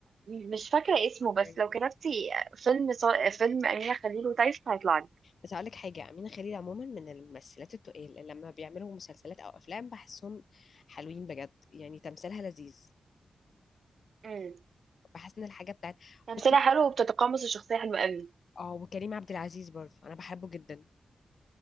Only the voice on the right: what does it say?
مش فاكره اسمه
بس لو كتبتي فيلم صا- فيلم امينه خليل وتايسون هيطلع لك
امم
تمثيلها
حلو وبتتقمص الشخصيه حلوه قوي